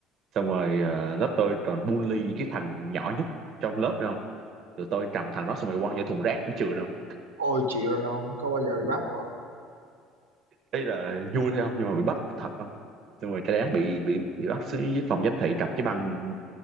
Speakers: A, on the right; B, on the right.
A: xong rồi ờ, lớp tôi còn bully cái thằng nhỏ nhất trong lớp nữa không tụi tôi cầm thằng đó xong rồi quăng vô thùng rác của trường không
B: ôi chịu rồi không có bao giờ bị bắt không không
A: đấy là vui thôi không nhưng mà bị bắt thật không xong rồi cái đám bị bị bị bắt xuống dưới phòng giám thị cầm cái băng